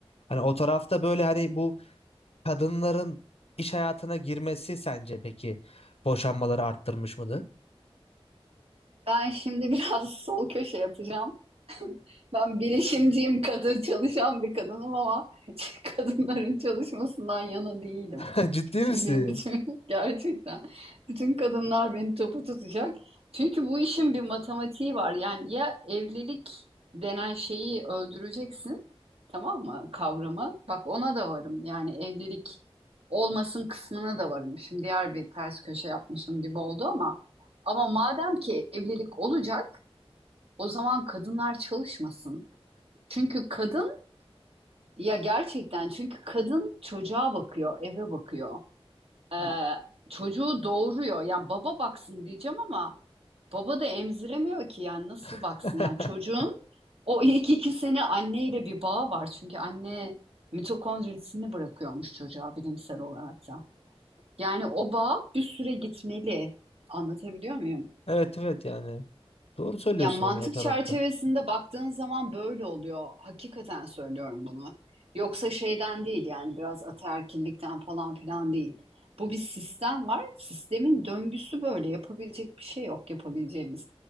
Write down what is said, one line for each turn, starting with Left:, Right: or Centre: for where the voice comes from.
Left: Hani o tarafta böyle hani bu kadınların iş hayatına girmesi sence peki boşanmaları arttırmış mıdır?
Right: Ben şimdi biraz <laughs> sol köşe yapacağım. Ben bilişimciyim, kadın çalışan bir kadınım ama <laughs> kadınların çalışmasından yana değilim.
Left: <laughs> Ciddi
Right: Şimdi
Left: misin?
Right: bütün <laughs> gerçekten bütün kadınlar beni topu tutacak. Çünkü bu işin bir matematiği var. Yani ya evlilik denen şeyi öldüreceksin, tamam mı? Kavramı. Bak ona da varım. Yani evlilik olmasın kısmına da varım. Şimdi diğer bir ters köşe yapmışım gibi oldu ama ama madem ki evlilik olacak, o zaman kadınlar çalışmasın. Çünkü kadın ya gerçekten çünkü kadın çocuğa bakıyor, eve bakıyor. Ee,
Left: <laughs>
Right: çocuğu doğuruyor. Yani baba baksın diyeceğim ama baba da emziremiyor ki yani nasıl baksın?
Left: <laughs>
Right: Yani çocuğun o ilk iki sene anneyle bir bağı var. Çünkü anne mitokondrisini bırakıyormuş çocuğa bilimsel olarak da. Yani o bağ bir süre gitmeli. Anlatabiliyor muyum?
Left: Evet evet yani. Doğru söylüyorsun
Right: Ya mantık
Left: hani o tarafta.
Right: çerçevesinde baktığın zaman böyle oluyor. Hakikaten söylüyorum bunu. Yoksa şeyden değil yani biraz ataerkillikten falan filan değil. Bu bir sistem var. Sistemin döngüsü böyle. Yapabilecek bir şey yok yapabileceğimiz.